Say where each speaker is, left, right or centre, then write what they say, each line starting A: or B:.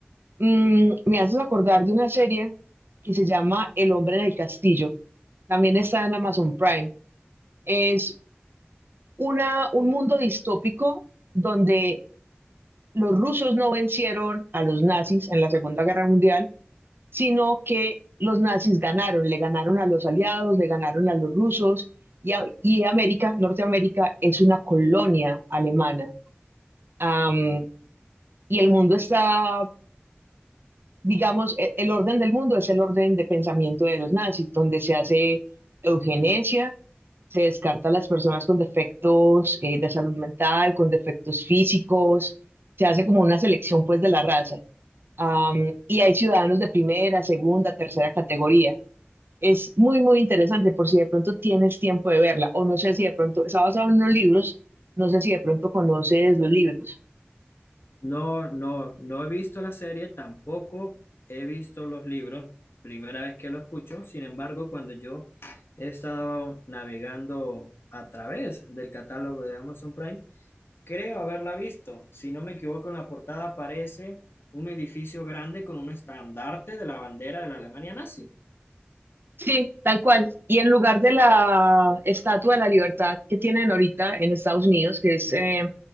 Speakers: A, on the right; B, on the left.
A: Mm, me haces acordar de una serie que se llama El hombre en el castillo. También está en Amazon Prime. Es una, un mundo distópico donde los rusos no vencieron a los nazis en la Segunda Guerra Mundial, sino que los nazis ganaron, le ganaron a los aliados, le ganaron a los rusos y, a- y América, Norteamérica, es una colonia alemana. Am, y el mundo está, digamos, e- el orden del mundo es el orden de pensamiento de los nazis, donde se hace eugenesia Se descarta a las personas con defectos eh, de salud mental, con defectos físicos, se hace como una selección pues de la raza. Am, y hay ciudadanos de primera, segunda, tercera categoría. Es muy, muy interesante por si de pronto tienes tiempo de verla o no sé si de pronto, está basado en unos libros, no sé si de pronto conoces los libros.
B: No, no, no he visto la serie, tampoco he visto los libros, primera vez que lo escucho. Sin embargo, cuando yo estaba navegando a través del catálogo de Amazon Prime, creo haberla visto. Si no me equivoco, en la portada aparece un edificio grande con un estandarte de la bandera de la Alemania nazi.
A: Sí, tal cual. Y en lugar de la Estatua de la Libertad que tienen ahorita en Estados Unidos, que es, eh,